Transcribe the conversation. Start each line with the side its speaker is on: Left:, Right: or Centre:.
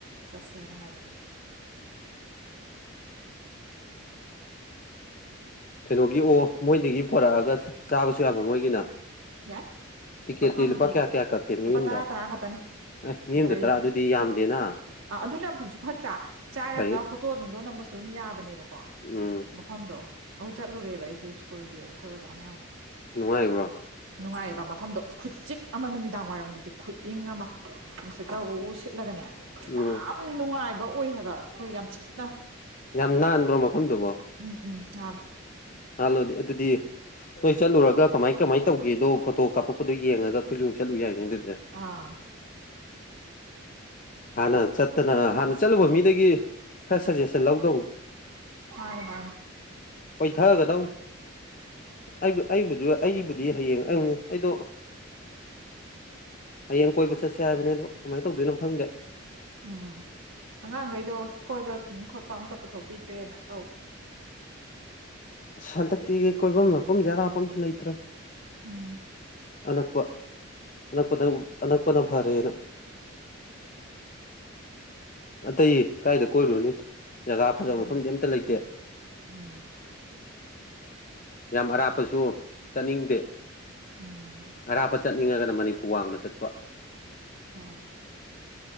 Right: ꯆꯠꯁꯦꯅ ꯍꯥꯏꯕꯅꯤꯗ
Left: ꯀꯩꯅꯣꯒꯤ ꯑꯣ ꯃꯣꯏꯗꯒꯤ ꯄꯨꯔꯛꯑꯒ ꯆꯥꯕꯁꯨ ꯌꯥꯕ ꯃꯣꯏꯒꯤꯅ
Right: ꯌꯥꯏ
Left: ꯇꯤꯛꯀꯦꯠꯇꯤ
Right: ꯑꯦꯄꯜ ꯐꯥꯒꯤꯗꯤ
Left: ꯂꯨꯄꯥ ꯀꯌꯥ ꯀꯌꯥ ꯀꯛꯀꯦ ꯃꯤ
Right: ꯂꯨꯄꯥ
Left: ꯑꯃꯗ
Right: ꯇꯔꯥ ꯇꯔꯥ ꯈꯛꯇꯅꯦ
Left: ꯑꯦ ꯃꯤ ꯑꯃꯗ
Right: ꯒꯥꯔꯤ
Left: ꯇꯔꯥ ꯑꯗꯨꯗꯤ ꯌꯥꯝꯗꯦꯅ
Right: ꯑ ꯑꯗꯨꯅꯁꯨ ꯐꯠꯇ꯭ꯔꯥ ꯆꯥꯔꯒ
Left: ꯐꯩ
Right: ꯏꯁꯇꯣꯠ ꯅꯨꯡꯗꯣꯠ ꯅꯝꯕꯁꯨ ꯑꯗꯨꯝ ꯌꯥꯕꯅꯦꯕꯀꯣ
Left: ꯎꯝ
Right: ꯃꯐꯝꯗꯣ ꯑꯩꯈꯣꯏ ꯆꯠꯂꯨꯔꯦꯕ ꯑꯩꯁꯨ ꯁ꯭ꯀꯨꯜꯒꯤ ꯑꯩꯈꯣꯏ ꯑꯣꯖꯥ ꯃꯌꯥꯝ
Left: ꯅꯨꯡꯉꯥꯏꯔꯤꯕ꯭ꯔꯣ
Right: ꯅꯨꯡꯉꯥꯏꯕ ꯃꯐꯝꯗꯣ ꯈꯨ ꯎꯆꯤꯛ ꯑꯃ ꯅꯨꯃꯤꯗꯥꯡ ꯋꯥꯏꯔꯝꯒꯤꯗꯤ ꯈꯨꯏꯪ ꯑꯃ ꯎꯁ ꯀꯥꯎꯕ ꯎ ꯁꯤꯠꯂꯒꯅꯦ
Left: ꯎꯝ
Right: ꯌꯥꯝ ꯅꯨꯡꯉꯥꯏꯕ ꯑꯣꯏꯌꯦꯕ ꯑꯩꯈꯣꯏ ꯌꯥꯝ ꯆꯤꯛꯅ
Left: ꯌꯥꯝ ꯅꯥꯟꯕ꯭ꯔꯣ ꯃꯐꯝꯗꯨꯕꯣ
Right: ꯎꯝ ꯎꯝ ꯅꯥꯜꯂꯦ
Left: ꯅꯍꯜꯂꯣꯗꯤ ꯑꯗꯨꯗꯤ ꯅꯣꯏ ꯆꯠꯂꯨꯔꯒ ꯀꯃꯥꯏ ꯀꯃꯥꯏꯅ ꯇꯧꯒꯦꯗꯣ ꯐꯣꯇꯣ ꯀꯥꯞꯄꯛ ꯑꯗꯨ ꯌꯦꯡꯉꯒ ꯑꯩꯈꯣꯏꯁꯨꯨꯡ ꯆꯠꯂꯨ ꯌꯥꯏꯅꯦ ꯑꯗꯨꯗꯤ
Right: ꯑꯥ
Left: ꯍꯥꯟꯅ ꯆꯠꯇꯅ ꯍꯥꯟꯅ ꯆꯠꯂꯨꯕ ꯃꯤꯗꯒꯤ ꯈꯔ ꯁꯖꯦꯁꯟ ꯂꯧꯗꯧꯅꯤ
Right: ꯃꯥꯅꯤ ꯃꯥꯅꯤ
Left: ꯊꯒꯗꯧꯅꯤ ꯑꯩꯕꯨ ꯑꯩꯕꯨꯗꯤ ꯑꯩꯕꯨꯗꯤ ꯍꯌꯦꯡ ꯑꯩ ꯑꯩꯗꯣ ꯍꯌꯦꯡ ꯀꯣꯏꯕ ꯆꯠꯁꯦ ꯍꯥꯏꯕꯅꯤꯅꯣ ꯀꯃꯥꯏꯅ ꯇꯧꯗꯣꯏꯅꯣ ꯈꯪꯗꯦ
Right: ꯎꯝ ꯑꯉꯥꯡꯈꯩꯗꯣ ꯀꯣꯏꯕ ꯈꯣꯠꯄ ꯑꯝꯇ ꯄꯨꯊꯣꯛꯄꯤꯗ꯭ꯔꯦꯅ ꯇꯧꯕꯅꯤꯅ
Left: ꯁꯟꯗꯛꯇꯤꯒꯤ ꯀꯣꯏꯐꯝ ꯂꯛꯐꯝꯁꯦ ꯑꯔꯥꯞꯄ ꯑꯝꯇ ꯂꯩꯇ꯭ꯔꯥ
Right: ꯎꯝ
Left: ꯑꯅꯛꯄ ꯑꯅꯛꯄꯗ ꯑꯅꯛꯄꯅ ꯐꯔꯦꯅ ꯑꯇꯩ ꯀꯥꯏꯗ ꯀꯣꯏꯔꯨꯅꯤ ꯖꯒꯥ ꯐꯖꯕ
Right: ꯃꯥꯅꯦ
Left: ꯃꯐꯝꯗꯤ ꯑꯝꯇ ꯂꯩꯇꯦ
Right: ꯎꯝ
Left: ꯌꯥꯝ ꯑꯔꯥꯞꯄꯁꯨ ꯆꯠꯅꯤꯡꯗꯦ
Right: ꯎꯝ
Left: ꯑꯔꯥꯞꯄ ꯆꯠꯅꯤꯡꯉꯒꯅ ꯃꯅꯤꯄꯨꯔ ꯋꯥꯡꯃ ꯆꯠꯄ
Right: ꯍꯣꯏ